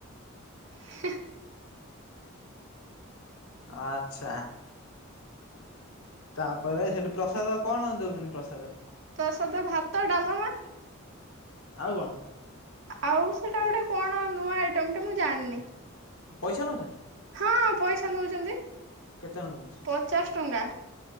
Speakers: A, on the right; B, on the left.
A: ହେଁ
B: ଆ--ଚ୍ଛା। ତାପରେ ସେଠି ପ୍ରସାଦ କଣ ଦଉଛନ୍ତି ପ୍ରସାଦରେ?
A: ପ୍ରସାଦ, ଭାତ ଡାଲମା
B: ଆଉ କଣ?
A: ଆଉ ସେଇଟା ଗୋଟେ କଣ ନୂଆ ଆଇଟମଟେ ମୁଁ ଜାଣିନି।
B: ପଇସା ନେଉଚନ୍ତି?
A: ହଁ ପଇସା ନଉଚନ୍ତି।
B: କେତେ ନଉଚନ୍ତି?
A: ପଚାଶ ଟଙ୍କା।